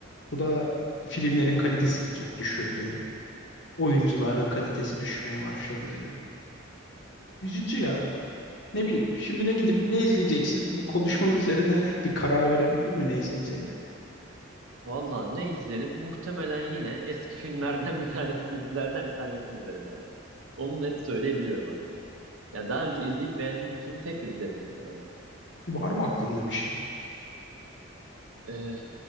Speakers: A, on the left (about 55°); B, on the right (about 75°).
A: Bu da filmlerin kalitesini çok düşürdü. Oyuncuların
B: kesinlikle.
A: kalitesi düşmeye başladı. Üzücü ya. Ne bileyim şimdi ne gidip ne izleyeceksin? Bu konuşmanın üzerine bir karar verebildin mi ne izleyeceğine?
B: Vallahi ne izlerim? Muhtemelen yine eski filmlerden <laughs> bir tanesini, dizilerden bir tanesini izlerim yani. Onu net söyleyebiliyorum abi. Ya daha önce izleyip beğendiğim bir filmi tekrar izlerim muhtemelen.
A: Var mı aklında bir şey?
B: Ee,